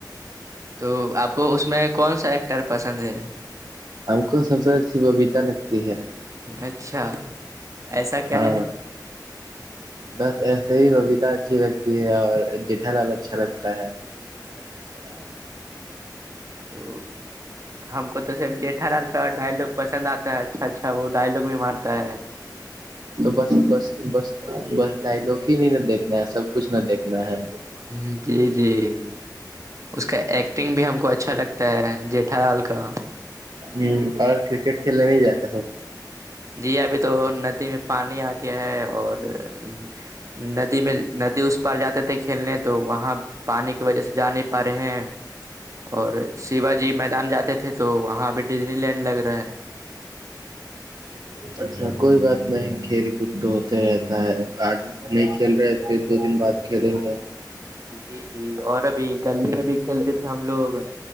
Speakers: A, on the right; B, on the right.
A: تو آپ کو اس میں کون سا ایکٹر پسند ہے
B: ہم کو سب سے اچھی ببیتا لگتی ہے
A: اچھا ایسا کیا
B: ہاں
A: ہے
B: بس ایسے ہی ببیتا اچھی لگتی ہے اور جیٹھا لال اچھا لگتا ہے
A: اچھا تو ہم کو تو سب جیٹھا لال کا ڈائلگ پسند آتا ہے اچھا اچھا وہ ڈائلگ بھی مارتا ہے
B: تو بس بس بس بس ڈائلگ ہی نہیں نا دیکھنا ہے سب کچھ نہ دیکھنا نہ ہی
A: ہو جی جی اس کا ایکٹنگ بھی ہم کو اچھا لگتا ہے جیٹھا لال کا
B: ہو اور کرکٹ کھیلنے نہیں جاتے ہو
A: جی ابھی تو ندی میں پانی آ گیا ہے اور ہ ندی میں ندی اس اس پار جاتے تھے کھیلنے تو وہاں پانی کی وجہ سے جا نہیں پا رہے ہیں اور شیوا جی میدان جاتے تھے تو وہاں بھی ڈزنی لینڈ لگ رہا ہے
B: اچھا کوئی بات نہیں کھیل کود تو ہوتے رہتا ہے آج
A: ہے
B: نہیں کھیل رہے پھر دو دن بعد کھیلیں گے
A: جی جی اور ابھی گلی میں بھی کھیلتے تھے ہم لوگ